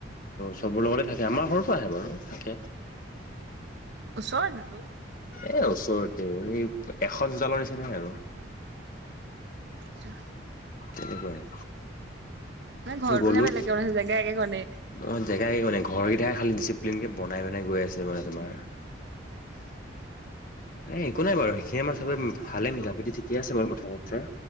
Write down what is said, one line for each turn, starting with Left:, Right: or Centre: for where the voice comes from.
Left: চবৰ লগতে থাকে আমাৰ ঘৰটো আহে বাৰু থাকে।
Right: ওচৰততো
Left: এ ওচৰতে এই এখন চোতলৰ নিচিনাই আৰু।
Right: আচ্ছা।
Left: তেনেকুৱাই।
Right: মানে ঘৰটোহে
Left: গ'লো
Right: বেলেগে আৰু জেগা একেখনে।
Left: অ জেগাই মানে ঘৰ এতিয়া খালি ডিচিপ্লিন বনাই বনাই গৈ আছে মানে তোমাৰ। একো নাই বাৰু সেইখিনি আমাৰ চবে ভালে মিলা প্ৰীতি ঠিকেই আছে বাৰু কথা বতৰা